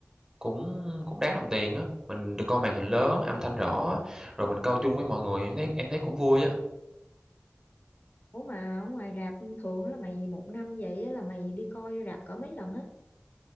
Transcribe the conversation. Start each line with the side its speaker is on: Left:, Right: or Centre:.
Right: cũng cũng đáng đồng tiền á, mình được coi màn hình lớn, âm thanh rõ, rồi mình coi chung với mọi người, em thấy em thấy cũng vui á.
Left: ủa mà ở ngoài rạp thường á là mày một năm vậy á là mày đi coi rạp cỡ mấy lần á